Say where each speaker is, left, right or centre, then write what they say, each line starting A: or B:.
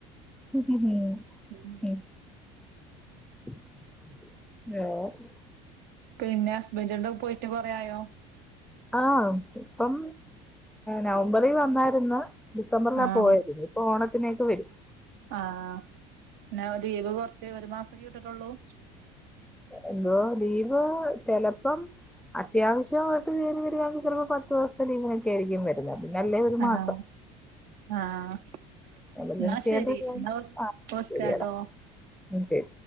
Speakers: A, in the centre; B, on the right.
A: <inaudible>
B: ഉം
A: <inaudible>
B: പിന്നെ ഹസ്ബന്റാടെ പോയിട്ട് കൊറേ ആയോ
A: ആഹ് ഇപ്പം നവംബറിൽ വന്നായിരുന്ന് ഡിസംബറിലാ
B: ആഹ്
A: പോയത് ഇപ്പം ഓണത്തിനേക്ക് വരും
B: ആഹ് പിന്നെ ലീവ് കൊറച്ച് ഒരു മാസക്കെ ഇട്ടിട്ടുള്ളൂ
A: എന്തോ ലീവോ ചെലപ്പം അത്യാവശ്യമായിട്ട് കേറി വരികയാണെ ചിലപ്പോ പത്ത് ദിവസത്തെ ലീവായി ഒക്കെ ആയിരിക്കും വര്ക പിന്നെ അല്ലേ ഒരു മാസം
B: ആഹ് ആഹ്
A: എമർജൻസി
B: എന്നാ ശരി
A: ആയിട്ട് വരികയാണെങ്കി
B: എന്നാ
A: ആഹ്
B: വെക്കാട്ടോ
A: ശരിയട- മ് ശരി-